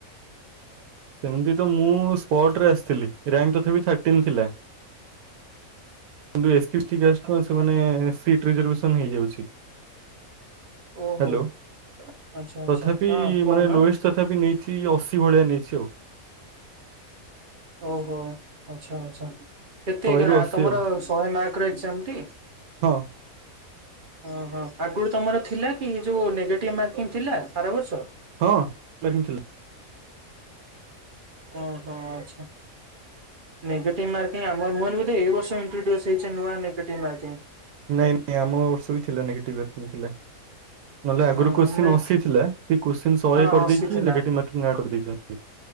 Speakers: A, on the right; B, on the right.
A: ସେମିତି। ତ ମୁଁ ସ୍ପୋର୍ଟ ରେ ଆସିଥିଲି ରିଆଙ୍କ ତଥାପି ଥାର୍ଟିନ୍ ଥିଲା। କିନ୍ତୁ ଏସ୍ ପିସ୍ଟି ଗାଷ୍ଟ କ ସେମାନେ ସିଟ୍ ରିଜର୍ଭେସନ୍ ହେଇଯାଉଛି। ହ୍ୟାଲୋ
B: ଓହୋ ଆଚ୍ଛା ଆଚ୍ଛା
A: ତଥାପି
B: ହଁ କହୁନ
A: ମାନେ ଲୋଏସ ତଥାପି ନେଇ ଛି ଅଶୀ ଭଳିଆ ନେଇଛି ଆଉ।
B: ଓହୋ ଆଚ୍ଛା ଆଛା କେତେ
A: ଶହେରୁ ଅଶୀ
B: ତମର
A: ଆଉ
B: ଶହେ ମାର୍କ ର ଏକ୍ଜାମ ଟି?
A: ହଁ।
B: ଓହୋ ଆଗରୁ ତମର ଥିଲା କି ଯୋଉ ନେଗେଟିଭ ମାର୍କିଂ ଥିଲା ଆର ବର୍ଷ?
A: ହଁ ମର୍କିଂ ଥିଲା।
B: ଓ ହୋ ଆଚ୍ଛା। ନେଗେଟିଭ ମାର୍କିଂ ଆମର ମୁ ଭାବିଲି ବୋଧେ ଏଇ ବର୍ଷ ଇଣ୍ଟ୍ରୋଡ୍ୟୁସ ହେଇଛି ନୂଆ ନେଗେଟିଭ ମାର୍କିଂ।
A: ନାଇଁ ନାଇଁ ଆମ ବର୍ଷ ବି ଥିଲା ନେଗଟିଭ ମାର୍କିଙ୍ଗ ଥିଲା। ନହେଲେ
B: ହଁ
A: ଆଗରୁ କୋଶ୍ଚି
B: ନାଇଁ
A: ଅସି ଥିଲା। କୋଶ୍ଚିନ୍ ସହେ
B: ହଁ
A: କରିଦେଇକି
B: ଅଶୀ ଥିଲା
A: ନେଗେଟିଭ୍ ମାର୍କିଂ ଆଡ଼ କରିଦେଇଛନ୍ତି।